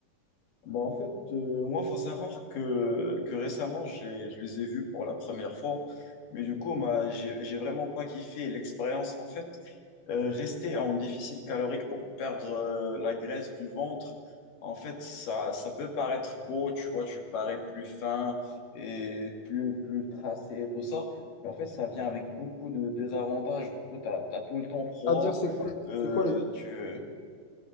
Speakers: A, on the left; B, on the left.
A: Bah, en fait, euh, moi, il faut savoir que, que récemment, je les, je les ai vus pour la première fois, mais du coup,
B: Bon.
A: bah, j'ai, j'ai vraiment pas kiffé l'expérience. En fait, euh, rester en déficit calorique pour perdre euh, la graisse du ventre, en fait, ça, ça peut paraître beau, tu vois, tu parais plus fin et plus, plus tracé et tout ça, mais en fait, ça vient avec beaucoup de désavantages. Du coup, tu as, tout le temps froid.
B: à dire c'est quoi, les-
A: euh,
B: c'est quoi, les-
A: tu...